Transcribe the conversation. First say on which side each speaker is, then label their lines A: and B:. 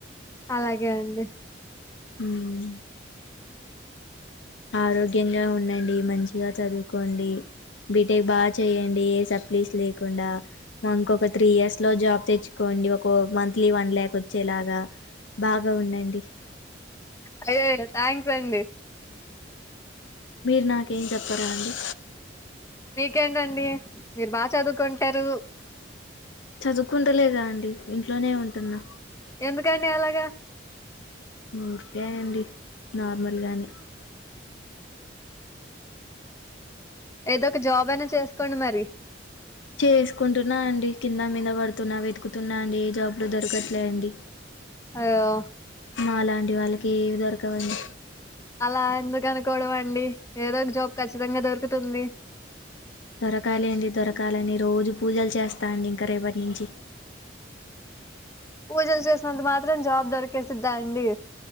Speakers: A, on the left (about 15°); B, on the left (about 85°).
A: అలాగే అండి
B: హ్మ్ ఆరోగ్యంగా ఉండండి. మంచిగా చదువుకోండి. బీటెక్ బాగా చేయండి. ఏ సప్లీస్ లేకుండా, నా ఇంకొక త్రీ ఇయర్స్ లో జాబ్ తెచ్ కోండి ఒకో మంత్లీ వన్ లాక్ వచ్చేలాగా బాగా ఉండండి
A: అయ్యయ్యో థ్యాంక్స్ అండి
B: మీర్ నాకేం చెప్పారా అండి
A: మీకెండ్ అండి మీరు బాగా చదువుకుంటారు
B: చదువుకుంటలేద అండి ఇంట్లోనే ఉంటున్నా
A: ఎందుకండి అలాగా
B: ఊరికేండి నార్మల్గానే
A: ఏదో ఒక జాబ్ అయినా చేసుకోండి మరి
B: చేసుకుంటున్నా అండి కింద మీద పడుతున్నా వెతుకుతున్నా అండి ఏ జాబ్లు దొరకట్లే అండి
A: అదేకద
B: మాలాంటి వాళ్ళకి ఏవి దొరకవండి
A: అలా ఎందుకు అనుకోవడం అండి ఏదో ఒక జాబ్ ఖచ్చితంగా దొరుకుతుంది
B: దొరకాలండి దొరకాలని రోజు పూజలు చేస్తా అండి ఇంక రేపటి నుంచి
A: పూజలు చేసినంత మాత్రం జాబ్ దొరికేసిద్దా అండి